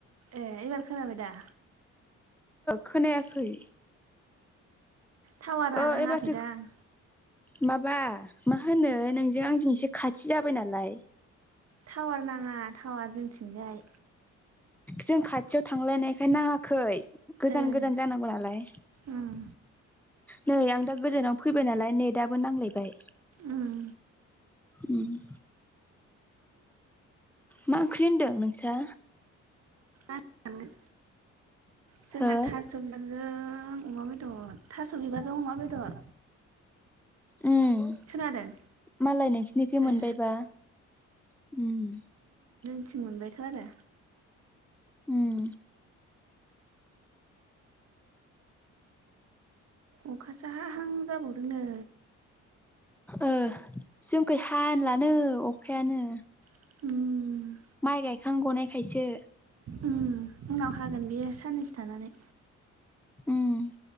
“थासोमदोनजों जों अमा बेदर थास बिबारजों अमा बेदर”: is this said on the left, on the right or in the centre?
Right